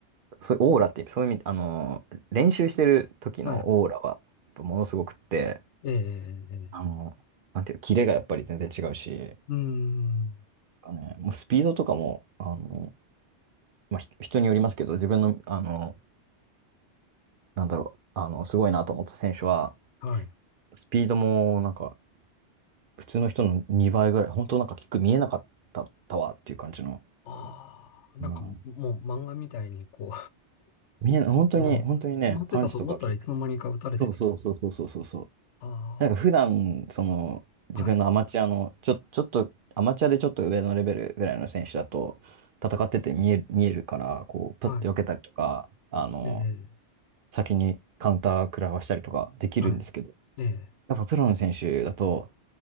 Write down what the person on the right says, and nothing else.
そういうオーラっていう、そういう意味、あの、練習してる時のオーラは、
やっぱものすごくって、
あの、なんていうキレがやっぱり全然違うし、なん
かね、もうスピードとかも、あの、まあ、ひ人によりますけど、自分の、あの、なんだろう、あの、すごいなと思った選手は、
スピードも、なんか、普通の人の2倍ぐらい、本当なんか、キック見えなかったたわっていう感じの、
うん、見えな、本当に、
本当にね、
パンチとかキック、そうそうそうそうそうそうそう。
なんか、普段、その、自分のアマチュアの、
ちょ、ちょっと、アマチュアでちょっと上のレベルぐらいの選手だと、戦ってて見える、見えるから、こう、パッと避けたりとか、
あの、
先にカウンター食らわしたりとかできるんですけど、
やっぱプロの選手だと、